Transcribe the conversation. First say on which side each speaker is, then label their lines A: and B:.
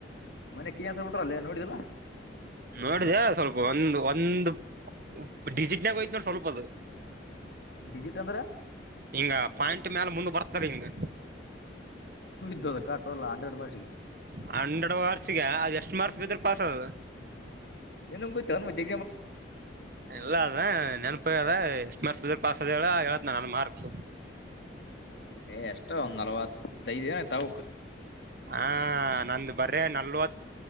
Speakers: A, on the left (about 65°); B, on the right (about 50°).
A: ಮನೆ ಕೇ ಹಸ ಬಿಟ್ರಲ್ಲೇ ನೋಡಿದಾ
B: ನೋಡಿದೆ ಸ್ವಲ್ಪ ಒಂದು ಒಂದು ಡಿಜಿಟ್ ನಾಗೋಯ್ತ್ ನೋ ಸ್ವಲ್ಪ ಅದು
A: ಡಿಜಿಟ್ ಅಂದ್ರೆ
B: ಹಿಂಗ ಪಾಯಿಂಟ್ ಮ್ಯಾಲ ಮುಂದ ಬರ್ತದೆ ಹಿಂಗ
A: ಅದಾ ಟ ಹಂಡ್ರೆಡ್ ಮಾಡಿ
B: ಹನ್ನೆಡು ವಾರ್ಷಿಗೆ ಅದ ಎಷ್ಟ್ ಮಾರ್ಕ್ಸ್ ಬಿದ್ರೆ ಪಾಸ್ ಅದು
A: ಎ್ಡದ ನನಗೆ
B: ಎಲ್ಲ ಅದ ನೆನ್ಪ ಅದ್ಮ ಪಾಸ್ ಅದ ಹೇಳ ಹೇಳ ನಾನ ಮಾರ್ಕ್ಸ
A: ಏ ಎಷ್ಟೋ ಒಂದ್ ನಲ್ವತ್ತೈದ ದಿನ ತಾವಕ್
B: ಹ ನಂದು ಬರ್ರ ನಲ್ವತ್